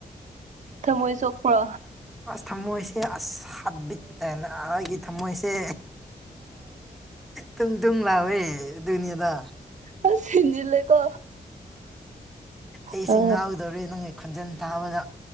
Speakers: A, on the right; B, in the centre.
A: ꯊꯃꯣꯏ ꯁꯣꯛꯄ꯭ꯔꯣ
B: ꯑꯁ ꯊꯝꯃꯣꯏꯁꯦ ꯑꯁ ꯍꯥꯠꯕꯤꯠ ꯍꯥꯏꯅ ꯑꯩꯒꯤ ꯊꯝꯃꯣꯏꯁꯦ ꯇꯨꯡ ꯇꯨꯡ ꯂꯥꯎꯋꯦ ꯗꯨꯅꯤꯗ
A: ꯑꯁ ꯍꯦꯟꯖꯤꯜꯂꯦꯀꯣ
B: ꯑꯩꯁꯦ
A: ꯑ
B: ꯉꯥꯎꯒꯗꯧꯔꯦ ꯅꯪꯒꯤ ꯈꯣꯟꯖꯦꯜ ꯇꯥꯕꯗ